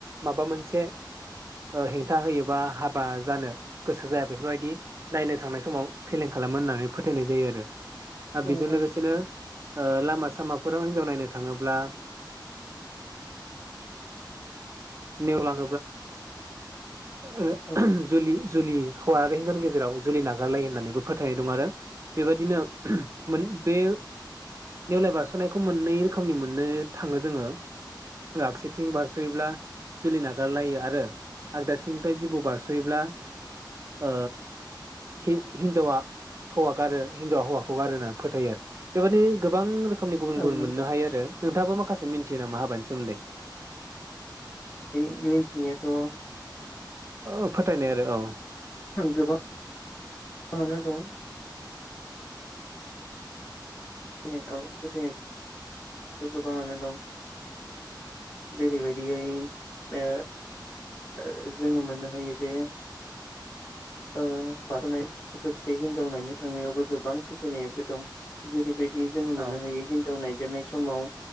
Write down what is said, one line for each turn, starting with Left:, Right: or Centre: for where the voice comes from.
Right: माबा मोन से ओ हेंथा होयो बा हाबा जानो गोसो जाया बेफोरबायदि नायनो थांनाय समाव फेलें खालामो होननानै फोथायनाय जायो आरो
Left: औ
Right: ओ बेजों
Left: औ
Right: लोगोसेनो ओ लामा सामाफोराव हिनजाव नायनो थाङोब्ला नेवला ङोब्ला ओ
Left: औ
Right: जुलि जुलि हौवा आरो हिनजावनि गेजेराव जुलि नागारलायो होननानैबो फोथायनाय दं आरो बेबायदिनो मोन बे नेवलाय बारसनायखौ मोननै रोखोमनि मोननो थाङो जोङो। आगसिथिं बार सयोब्ला जुलि ना गारलायो आरो आगदाथिंनिफाय जिबौ बारसयोब्ला ओ हि-हिनजावा हौवा गारो हिनजावा हौवाखौ गारो होनना फोथायो आरो बेबादिनो गोबां रो खोमनि गुबुन
Left: औ
Right: गुबुन
Left: नंगौ
Right: मोननो हायो आरो नोंथाङाबो माखासे मिथियो नामा हाबानि सोमोन्दै?
Left: मिनथिनायाथ'
Right: औ फोथायनाय आरो औ
Left: गोबाङानो दं। फोथायनाय औ फोथायनाय गोबाङानो दं जेरैबायदियै ओ ओ जोङो मोनो हायो जे ओ <unintelligible> लोगोसे हिनजाव नायनो थांनायावबो गोबां फोथायनायाबो दं। जेरैबाय दि जोङो
Right: औ
Left: मोननो हायो हिनजाव नाय जेननाय समाव